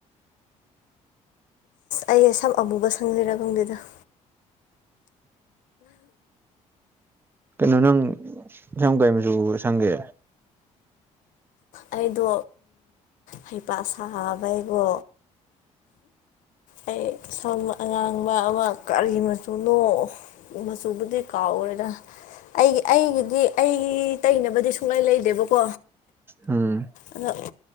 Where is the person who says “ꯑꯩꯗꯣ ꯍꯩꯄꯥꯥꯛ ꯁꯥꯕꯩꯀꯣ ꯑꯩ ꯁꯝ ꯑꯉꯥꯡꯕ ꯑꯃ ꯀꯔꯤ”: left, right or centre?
Left